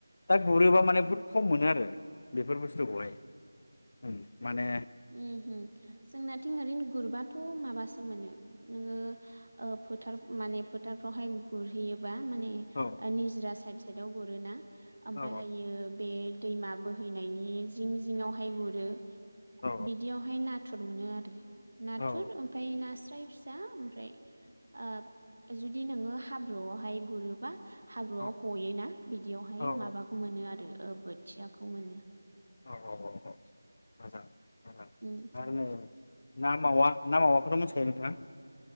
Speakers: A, on the left (about 40°); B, on the right (about 70°).
A: दा गुरोबा माने
B: अ
A: बुहुद खम मोनो आरो बेफोर बुस्थुखौहाय ओम माने
B: ओमहो जोंनाथिं ओरैनो गुरबाथ' माबासो मोनो नोङो ओ फोथार माने फोथारफ्रावहाय गुरहैयो हैबा माने
A: औ
B: ओ निजिरा साइड <inaudible> आव गुरोना ओमफ्रायहायो
A: औ
B: बे दैमा बोहैनायनि जिं जिङावहाय गुरो
A: औ
B: बिदियावहाय ना थुर मोनो आरो नाथुर
A: औ
B: ओमफ्राय नास्राय फिसा ओमफ्राय ओ जुदि नोङो हाब्रुआवहाय गुरोबा हाब्रुआव
A: औ
B: हयोना बिद दियाव हाय
A: औ
B: माबाखौ मोनो आरो ओ बोथ थियाखौ मोनो
A: औ औ मोजां मोजां
B: उम
A: आरो ना मावा ना मावाखौथ मोनथिखायो नोंथाङा